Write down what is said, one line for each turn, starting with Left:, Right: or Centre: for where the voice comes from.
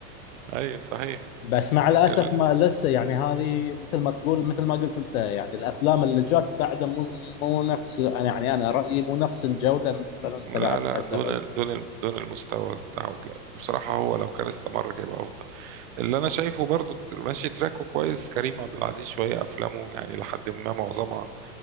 Right: ايوه صحيح
Left: بس مع الاسف
Right: ال...
Left: ما لسه يعني هذه مثل ما تقول مثل ما قلت انت يعني الافلام اللي جات بعده مو مو نفس أنا يعني انا رايي مو نفس الجوده مثلا
Right: لا
Left: تبعت
Right: لا
Left: عسل
Right: دون
Left: اسود
Right: دون دون المستوى بتاعه لا بصراحة هو لو كان استمر كان يبقى أفضل اللي أنا شايفه برضو ماشي تراكه كويس كريم عبد العزيز شوية أفلامه يعني لحد ما معظمها